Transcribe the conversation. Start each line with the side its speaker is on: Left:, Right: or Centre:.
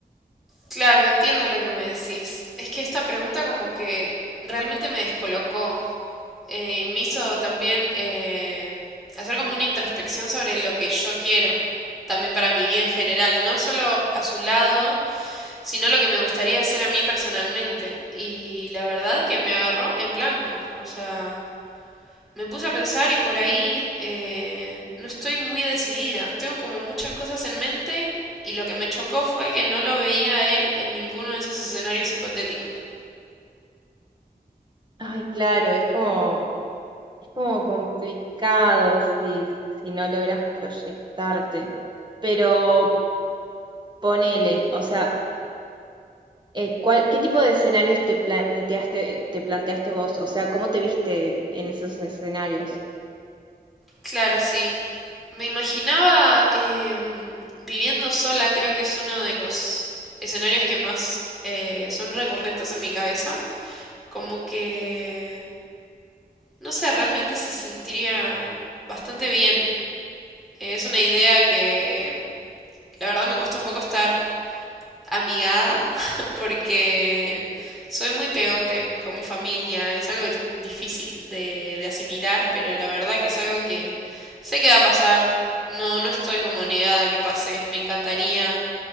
Centre: Claro, entiendo lo que me decís. Es que esta pregunta como que realmente me descolocó. eh, y me hizo también eh, hacer como una introspección sobre lo que yo quiero, también para mi vida en general, no solo a su lado, sino lo que me gustaría hacer a mí personalmente. Y la verdad que me agarró en blanco. O sea, me puse a pensar y por ahí eh, no estoy muy decidida. Tengo como muchas cosas en mente y lo que me chocó fue que no lo veía a él en ninguno de esos escenarios hipotéticos.
Right: Ay, claro, es como, es como complicado si, si no logras proyectarte. Pero ponele, o sea, eh, ¿cuál- qué tipo de escenarios te planteaste, te planteaste vos? O sea, ¿cómo te viste en esos escenarios?
Centre: Claro, sí. Me imaginaba em, viviendo sola, creo que es uno de los escenarios que más eh, son recurrentes en mi cabeza. Como que, no sé, realmente se sentiría bastante bien. Eh, es una idea que la verdad me cuesta un poco estar amigada <laughs> porque soy muy pegote con mi familia. Es algo dis- difícil de, de asimilar, pero la verdad que es algo que sé que va a pasar. No, no estoy como negada a que pase. Me encantaría.